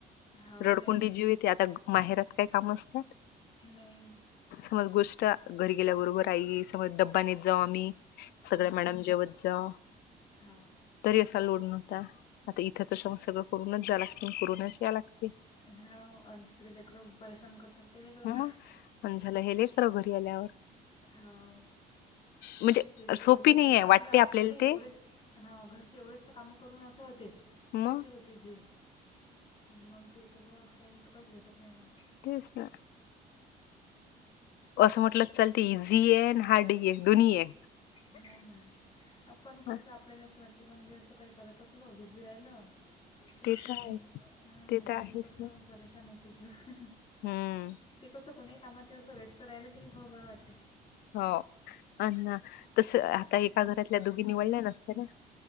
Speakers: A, on the left; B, on the left.
A: हो
B: रडकुंडी
A: काय
B: जीव येते. आता माहेरात काय काम असत्यात?
A: नई....
B: समज गोष्ट घरी गेल्याबरोबर आई समज डबा नेत जाऊ आम्ही... सगळ
A: हो
B: मॅडम
A: हो
B: जेवत जा.
A: हो
B: तरी अस... लोड नव्हता. आता इथं तर सम सगळं करूनच जाय लागत करूनच.... या लागते
A: ह्याव आन तिकडे लेकरं परेशान करतात... ते वेगळं....
B: मग आणि झालं हे लय खरं घरी आल्यावर
A: हाव...
B: म्हणजे
A: चिडचिड
B: सोपी
A: होते,
B: नाही
A: जीव
B: आहे
A: आपलं
B: वाटते
A: आपल्याला एवढेस
B: ते
A: हा घरचे एवढेस काम करून... अस होते
B: मग
A: चिडचिड होते जीव. मग ते.... बस टाईम तर काहीच भेटत नाही मग...
B: तेच का. असं म्हटलं चलती इझी आहे आणि हार्ड डिस्क जुनी आहे दोन्ही हे.
A: हो ना आपण कसं
B: हा
A: आपल्याला असं वाटत.... म्हणजे असं काही करत असलो बिझी राहिल... टेन्शन
B: ते तर आहे
A: नाही
B: ते तर आहेच
A: घरी कसं
B: ना
A: परेशान होते जीव....
B: हम्म
A: ते कसं कोणीही कामात असं वेस्त राहिलं की नाही थोडं बरं वाटते....
B: हो अन तस आता एका घरातल्या दोघी निवडल्या नसत्या ना...